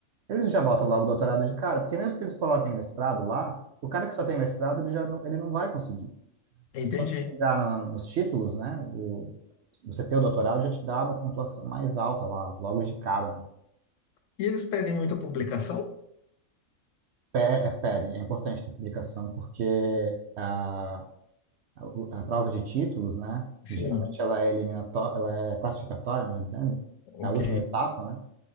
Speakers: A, on the right; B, on the left.
A: Eles já botam logo o doutorado de cara, porque mesmo que eles coloquem mestrado lá, o cara que só tem mestrado, ele já não, ele não vai conseguir.
B: Entendi.
A: Quando você chegar na- nos títulos, né? o- você ter o doutorado já te dá uma pontuação mais alta lá, logo de cara. né?
B: E eles pedem muita publicação?
A: Pe- É, pedem, é importante ter publicação, porque a, a, o- a prova de títulos, né?
B: Sim,
A: Geralmente ela é eliminatória, ela é classificatória, melhor dizendo,
B: ok.
A: é a última etapa, né?